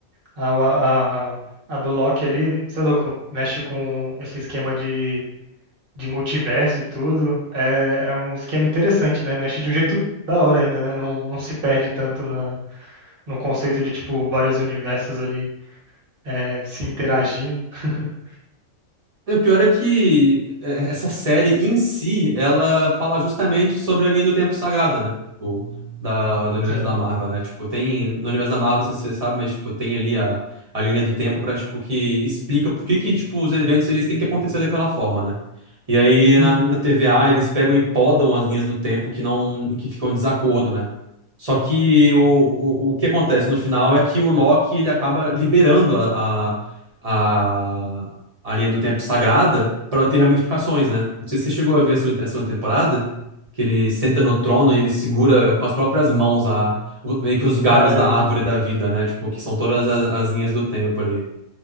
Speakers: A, on the right; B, on the right.
A: A, a, a a do Loki ali, sei louco, mexe com esse esquema de, de multiverso e tudo. É, é um esquema interessante, né? Mexe de um jeito da hora ainda, né? Não, não se perde tanto na, no conceito de, tipo, vários universos ali é, se interagindo. <laughs>
B: O pior é que é, essa série em si, ela fala justamente sobre a linha do tempo sagrada, né? Tipo, da, do universo
A: Sim.
B: da Marvel, né? Tipo, tem. No universo da Marvel, você, você sabe, mas tipo, tem ali a, a linha do tempo pra, tipo, que explica por que que, tipo, os eventos eles têm que acontecer daquela forma, né? E aí
A: Uhum.
B: na, na TVA eles pegam e podam as linhas do tempo que não, que ficam em desacordo, né? Só que o, o, o que acontece no final é que o Loki ele acaba liberando a, a- a a linha do tempo sagrada pra ela ter ramificações, né? Não sei se você chegou a ver a segunda, a segunda temporada, que ele senta no trono e ele segura com as próprias mãos a, o- meio que os galhos
A: Ah,
B: da
A: eu
B: árvore
A: vi.
B: da vida, né? Tipo, que são todas as, as linhas do tempo ali.